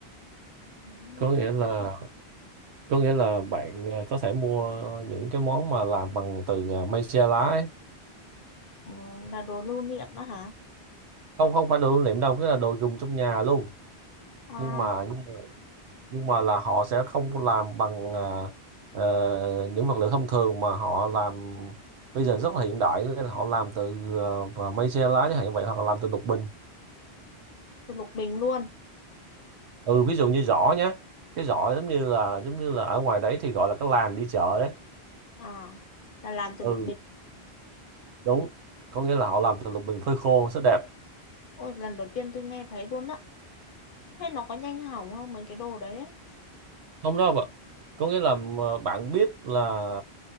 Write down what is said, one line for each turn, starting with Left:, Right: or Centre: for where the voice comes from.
Left: Ừ,
Right: có nghĩa Ừ. là có nghĩa là bạn ờ, có thể mua những cái món mà làm bằng từ ờ, mây tre lá ấy.
Left: ừ, là đồ lưu niệm đó hả?
Right: không không phải đồ lưu niệm đâu cái là đồ dùng trong nhà luôn
Left: À,
Right: nhưng mà nhưng mà, nhưng mà là họ sẽ không làm bằng ờ, ờ, những vật liệu thông thường mà họ làm bây giờ rất là hiện đại nghĩa là họ làm từ ờ, mây tre lá chẳng hạn vậy hoặc là làm từ lục bình
Left: từ lục bình luôn.
Right: ừ ví dụ như giỏ nhé cái giỏ giống như là giống như là ở ngoài đấy thì gọi là cái làn đi chợ đấy
Left: À, là làm từ
Right: ừ
Left: lục bình.
Right: đúng có nghĩa là họ làm từ lục bình phơi khô rất đẹp
Left: Ôi, lần đầu tiên tôi nghe thấy luôn đó. Thế nó có nhanh hỏng không mấy cái đồ đấy? ấy?
Right: không đâu ạ có nghĩa là ờ, bạn biết là